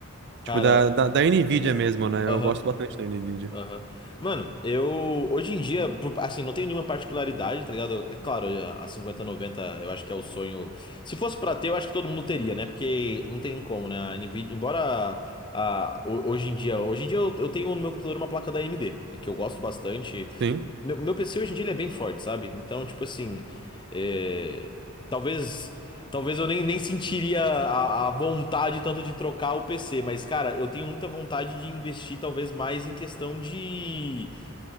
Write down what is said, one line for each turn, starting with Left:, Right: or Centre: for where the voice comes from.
Left: Cara,
Right: Tipo, da, da, da NVIDIA mesmo, né?
Left: aham.
Right: Eu gosto bastante da NVIDIA.
Left: Aham. Mano, eu hoje em dia, por- assim, não tenho nenhuma particularidade, tá ligado? É claro, a a cinquenta noventa eu acho que é o sonho. Se fosse pra ter, eu acho que todo mundo teria, né? Porque não tem como, né? A Nvidia, embora a, ho- hoje em dia, hoje em dia eu, eu tenho no meu computador uma placa da AMD, né, que eu gosto bastante.
Right: Sim.
Left: Meu, meu PC hoje em dia ele é bem forte, sabe? Então, tipo assim, é, talvez. Talvez eu nem, nem sentiria a, a vontade tanto de trocar o PC, mas, cara, eu tenho muita vontade de investir talvez mais em questão de